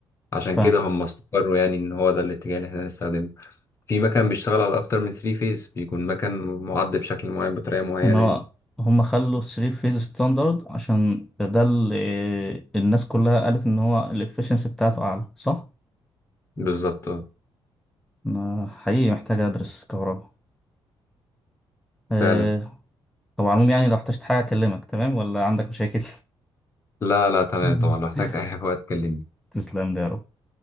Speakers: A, on the left; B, in the centre.
A: عشان
B: فاهم
A: كده هم استقروا يعني ان هو ده الاتجاه اللي احنا هنستخدمه في مكان بيشتغل على اكتر من ثري فيز بيكون مكان معد بشكل معين بطريقة معينة
B: ان هو
A: يعني
B: هم خلوا 3 فيز ستاندرد عشان ده اللي الناس كلها قالت ان هو الافشنسي بتاعته اعلى صح؟
A: بالظبط آه،
B: أنا حقيقي محتاج ادرس كهرباء آه،
A: فعلا
B: طبعا العموم يعني لو احتجت حاجة أكلمك تمام ولا عندك مشاكل
A: لا لا تمام
B: <laughs>
A: طبعا لو احتجت اي حاجة فوق اتكلمني
B: تسلم لي يا رب